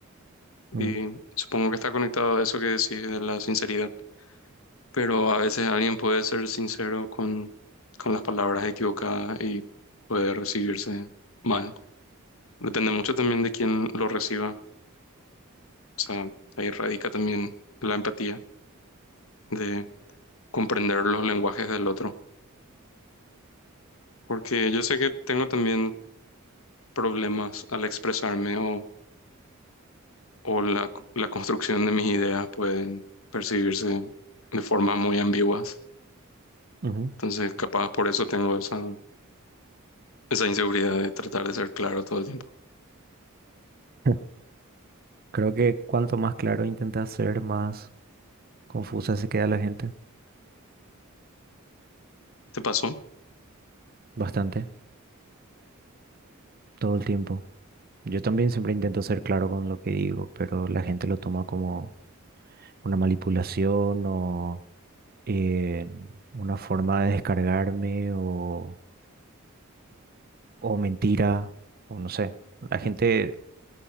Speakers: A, on the left (about 75°); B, on the right (about 45°).
A: Y
B: Mm,
A: supongo que está conectado a eso que decís de la sinceridad. Pero a veces alguien puede ser sincero con, con las palabras equivocadas y puede recibirse mal. Depende mucho también de quién lo reciba. O sea, ahí radica también la empatía de comprender los lenguajes del otro. Porque yo sé que tengo también problemas al expresarme o, o la, la construcción de mis ideas pueden percibirse de formas muy ambiguas.
B: ujú.
A: Entonces, capaz por eso tengo esa, esa inseguridad de tratar de ser claro todo el tiempo.
B: <laughs> Creo que cuanto más claro intenta ser, más confusa se queda la gente.
A: ¿Te pasó?
B: Bastante, todo el tiempo. Yo también siempre intento ser claro con lo que digo, pero la gente lo toma como una manipulación o eh, una forma de descargarme o, o mentira, o no sé. La gente,